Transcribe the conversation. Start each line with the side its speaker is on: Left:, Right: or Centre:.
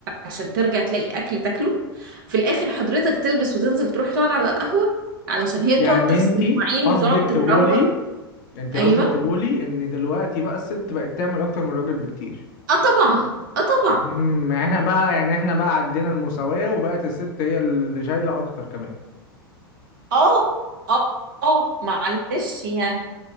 Right: عشان ترجع تلاقي أكل تاكله في الآخر حضرتك تلبس وتنزل تروح تقعد على القهوة علشان هي
Left: يعني
Right: تقعد تغسل
Left: انت
Right: المواعين
Left: قصدك
Right: وتقعد تروق
Left: تقولي انت
Right: أيوه
Left: قصدك تقولي ان دلوقتي بقى الست بقت تعمل اكتر من الراجل بكتير
Right: اه طبعا اه طبعا
Left: امم يعني احنا بقى يعني احنا بقى عدينا المساواة وبقت الست هي اللي شايلة اكتر كمان
Right: اه اه اه معلش يعني